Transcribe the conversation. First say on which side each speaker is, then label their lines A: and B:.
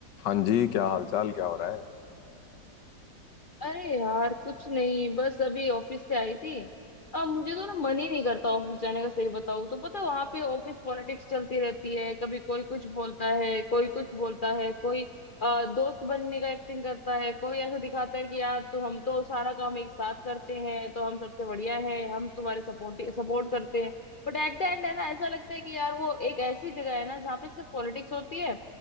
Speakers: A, on the left; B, on the left.
A: हाँ जी क्या हालचाल क्या हो रहा है
B: अरे यार कुछ नहीं बस अभी ऑफिस से आई थी अब मुझे तो ना मन ही नहीं करता ऑफिस जाने का सही बताऊं तो पता वहां पे ऑफिस पॉलिटिक्स चलती रहती है कभी कोई कुछ बोलता है कोई कुछ बोलता है कोई अ, दोस्त बनने का एक्टिंग करता है कोई ऐसे दिखाता है कि यार तो हम तो सारा काम एक साथ करते हैं तो हम सबसे बढ़िया है हम तुम्हारे सपोर्ट सपोर्ट करते हैं बट एट द एंड है ना ऐसा लगता है कि यार वो एक ऐसी जगह है ना जहाँ पे सिर्फ पॉलिटिक्स होती है